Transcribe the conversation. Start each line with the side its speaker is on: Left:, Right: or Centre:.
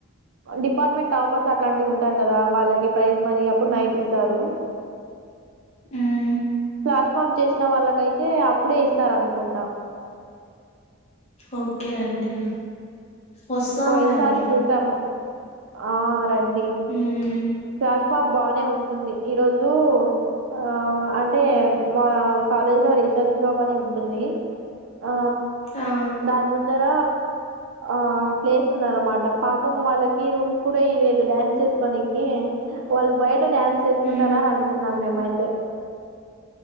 Right: డిపార్ట్మెంట్ ఆఫర్స్ అట్లాంటివి ఉంటారు కదా వాళ్ళకి ప్రైజ్ మనీ అప్పుడు నైటి స్తారు.
Left: ఉమ్
Right: క్యాష్ బ్యాక్ చేసిన వాళ్ళకైతే అప్పుడే ఇస్తారనుకుంటా
Left: ఓకే అండి వస్తాంలేండి.
Right: పోయినసారి చూసాము ఆ రండి.
Left: ఉమ్
Right: ప్లాష్మాబ్ బానే ఉంటుంది ఈరోజు ఆ అంటే మా కాలేజ్ లో రీసెర్చ్ బ్లాక్ అని ఉంటుంది. ఆ
Left: ఆ
Right: దానిముందర ఆ ప్లేస్ ఉదంన్నమాట పాపం వాళ్ళకి రూమ్స్ కూడా ఇయలేదు డ్యాన్స్ చేసుకోనికి కివాళ్ళు బయట డ్యాన్స్ చేసుకుంటారని
Left: ఉమ్
Right: అనుకున్నాం మేమయి తే